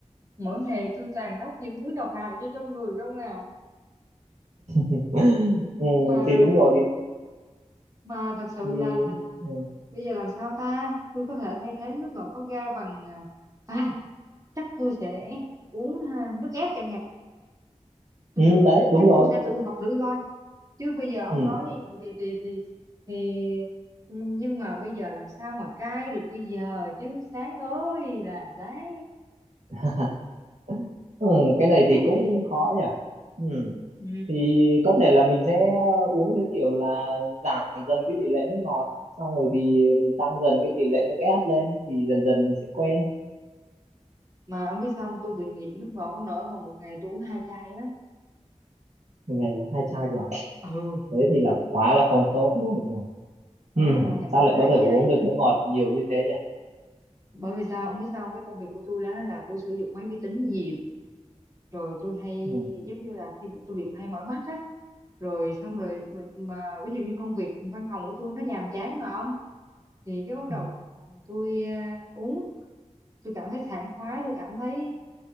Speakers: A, on the right; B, on the right.
A: mỗi ngày tôi tàn nóc những thứ độc hại cho trong người không à
B: <laughs> ừ
A: mà
B: thì đúng rồi
A: mà,
B: thì,
A: mà thật sự
B: thì
A: là là
B: ừ,
A: bây giờ làm sao ta tôi có thể thay thế nước ngọt có ga bằng à, à, chắc tôi sẽ uống ha, nước ép chẳng hạn tôi
B: ừ,
A: thử
B: đấy đúng
A: chắc
B: rồi
A: tôi sẽ tự học thử coi chứ bây giờ ông
B: ừ.
A: nói như vậy thì thì thì thì nhưng mà bây giờ làm sao mà cai được bây giờ chứ sáng ơi là sáng
B: <laughs> ừ, cái này
A: biết
B: thì cũng
A: là gì
B: khó nhỉ ừ.
A: ừ.
B: thì có thể là mình sẽ ờ, uống theo kiểu là giảm dần cái tỷ lệ nước ngọt xong rồi thì mình tăng dần cái tỷ lệ nước ép lên thì dần dần mình sẽ quen
A: mà ông biết sao không? tôi bị nghiện nước ngọt nổi mà một ngày tôi uống hai chai á
B: một ngày uống hai chai vào
A: ừ
B: thế thì là quá là không tốt luôn rồi
A: đó
B: ừ.
A: mỗi ngày
B: sao
A: tôi uống
B: lại
A: hai
B: có thể uống
A: chai nha
B: được nước ngọt nhiều như thế nhỉ
A: bởi vì sao ông biết sao không? cái công việc của tôi đó là tôi sử dụng máy vi tính nhiều rồi tôi hay
B: ừ.
A: giống như là khi tôi bị hay mỏi mắt á rồi xong rồi mình- mà ví dụ như công việc văn phòng của tôi nó nhàm chán mà không thì cái bắt đầu
B: Ừ.
A: là tôi à, uống tôi cảm thấy sảng khoái tôi cảm thấy